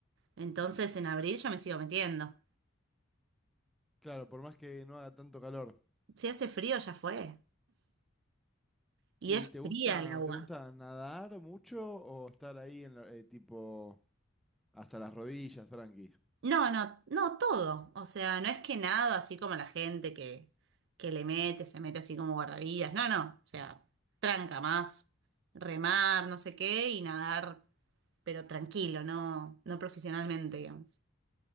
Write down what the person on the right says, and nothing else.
Entonces en abril yo me sigo metiendo.
Si hace frío ya fue. Y
es
fría el agua.
No, no, no todo. O sea, no es que nado así como la gente que, que le mete, se mete así como guardavidas. No, no. O sea, tranca más, remar, no sé qué, y nadar, pero tranquilo, no, no profesionalmente, digamos.